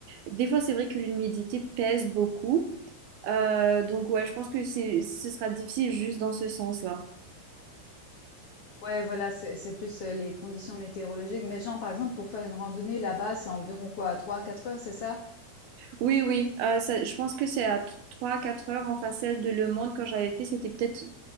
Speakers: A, on the right; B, on the left.
A: des fois c'est vrai que l'humidité pèse beaucoup. Euh, donc ouais, je pense que c'est, ce sera difficile juste dans ce sens-là.
B: Ouais, voilà, c'est c'est plus euh, les conditions météorologiques. Mais genre, par exemple, pour faire une randonnée là-bas, c'est environ quoi, 3 quatre heures, c'est ça?
A: Oui, oui, euh, ça- je pense que c'est à trois quatre heures en facial de Le Monde. Quand j'avais fait, c'était peut-être